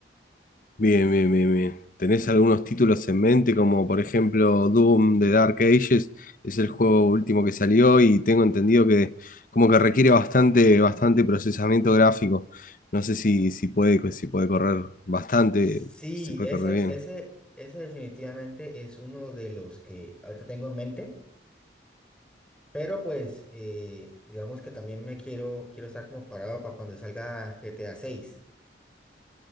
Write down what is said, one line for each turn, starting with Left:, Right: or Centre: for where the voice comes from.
Left: Bien, bien, bien, bien. ¿Tenés algunos títulos en mente, como por ejemplo Doom de Dark Ages? Es el juego último que salió y tengo entendido que como que requiere bastante, bastante procesamiento gráfico. No sé si, si puede, si puede correr bastante,
Centre: Sí,
Left: si puede
Centre: ese
Left: correr
Centre: es,
Left: bien.
Centre: ese, ese definitivamente es uno de los que ahorita tengo en mente, pero pues eh, digamos que también me quiero, quiero estar como parado para cuando salga GTA 6.